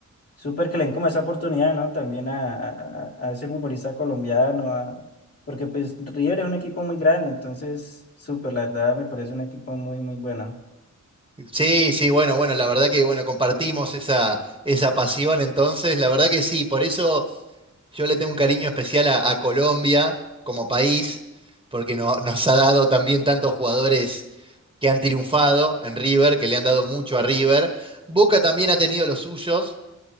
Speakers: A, on the left; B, on the right.
A: Súper que le den como esa oportunidad, ¿no? También a, a- a- a ese futbolista colombiano, a- porque pues River es un equipo muy grande, entonces, súper, la verdad, me parece un equipo muy, muy bueno.
B: Sí, sí, bueno, bueno, la verdad que bueno, compartimos esa, esa pasión entonces, la verdad que sí, por eso Yo le tengo un cariño especial a, a Colombia como país, porque no- nos ha dado también tantos jugadores que han triunfado en River, que le han dado mucho a River. Boca también ha tenido los suyos,